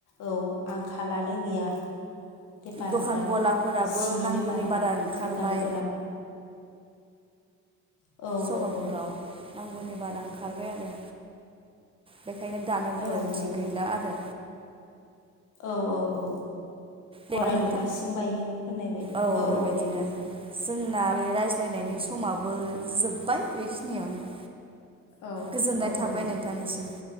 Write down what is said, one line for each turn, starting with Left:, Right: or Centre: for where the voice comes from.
Left: औ आंखालानो गैया बेफारफ्रा
Right: दखान गलाफोराबो
Left: सिनि
Right: नांगौनि
Left: बेफारफ्रा
Right: बारा ओंखारबाय
Left: दुखान गला औ
Right: सहरफोराव
Left: औ औ
Right: नांगौनि बारा ओंखारबाय आरो बेखायनो दानो गोनांथि
Left: औ नंगौ
Right: गैला
Left: नोंथां
Right: आरो
Left: औ औ औ
Right: नोंथां
Left: गराय नुब्ला सिं बायो होननाय बायदि
Right: औ बेबायदिनो
Left: दे नोंथां
Right: जोंना बे रायज्लायनायनि
Left: औ
Right: समाबो जोब्बाय बेखिनियावनो
Left: औ
Right: गोजोननाय
Left: औ
Right: थाबाय
Left: औ दे
Right: नोंथांनिसिम
Left: दे